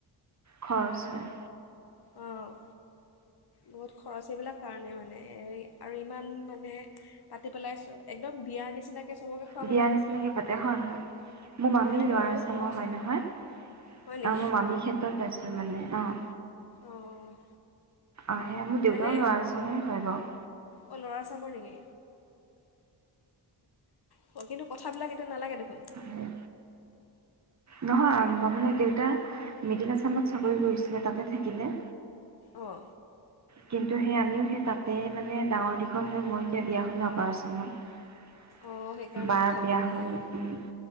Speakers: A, on the right; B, on the left.
A: খৰচ হয়।
B: আহঁ। বহুত খৰচ এইবিলাক কাৰণে মানে আৰু ইমান মানে পাতি পেলাই একদম বিয়াৰ নিচিনাকৈ, চবকে খুৱাব
A: বিয়াাৰ
B: লাগে
A: নিচিনাকে
B: নহয়
A: পাতে হয় হয় মোৰ মামী
B: তেনেকৈতো
A: লোৱাৰ
B: বহুত
A: আসাম
B: খৰচ
A: হয় নহয় আহ
B: হয় নেকি
A: মই মামীৰ ক্ষেত্ৰত চাইছো মানে। অঁ
B: অঁ
A: অ সেয়া মোৰ দেউতাৰ
B: মানে
A: লোৱাৰ আসাম এ হয় বাৰু
B: অঁ লোৱাৰ আসাম ৰ নেকি? হু কিন্তু কথাবিলাক এতিয়া নালাগে দেখোন
A: সেই নহয় মানে দেউতা মিডিল আছামত চাকৰি কৰিছিলে তাতে থাকিলে,
B: অঁ।
A: কিন্তু সেই আমিও সেই তাতে মানে ডাঙৰ দীঘল হৈ মই এতিয়া বিয়া হ'লো আপাৰ আচাম ত,
B: অঁ সেইকাৰণে
A: বা
B: কথাবিলাক
A: বিয়া
B: নালাগে
A: হল উম।